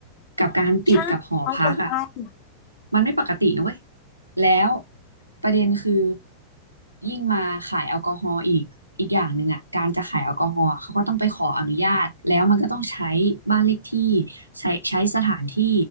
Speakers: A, on the right (about 85°); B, on the left (about 40°).
A: กับการติดกับหอพักอ่ะ
B: ใช่น้องก็ใไป
A: มันไม่ปกตินะเว้ยแล้วประเด็นคือยิ่งมาขายแอลกอฮอล์อีกอีกอย่างหนึ่งอ่ะการจะขายแอลกอฮอล์อะเขาก็ต้องไปขออนุญาตแล้วมันก็ต้องใช้บ้านเลขที่ใช้ใช้สถานที่